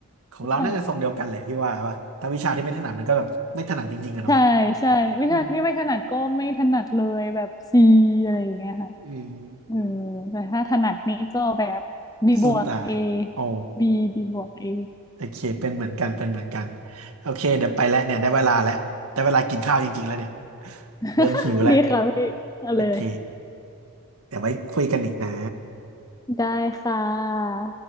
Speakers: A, on the right (about 75°); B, on the left (about 15°).
A: ของเราน่าจะทรงเดียวกันแหละพี่ว่าว่าถ้าวิชาที่ไม่ถนัดมันก็แบบไม่ถนัดจริงๆอะเนาะ
B: วิ้ชายใช่ใช่วิชาที่ไม่ถนัดก็ไม่ถนัดเลยแบบซีอะไรอย่างเงี้ยค่ะ
A: อืมอืม
B: เออแต่ถ้าถนัดนี่ก็แบบบีบวกเอ
A: สู้ตายอ๋อ
B: บีบีบวกเอ
A: โอเคเป็นเหมือนกันเป็นเหมือนกันโอเคเดี๋ยวไปแล้วเนี่ยได้เวลาแล้วได้เวลากินข้าวจริงๆแล้วเนี่ย
B: <laughs>
A: เริ่มหิวแล้ว
B: ดีค่ะพี่เอาเลย
A: โอเคเดี๋ยวไว้คุยกันอีกนะ
B: ได้ค่ะ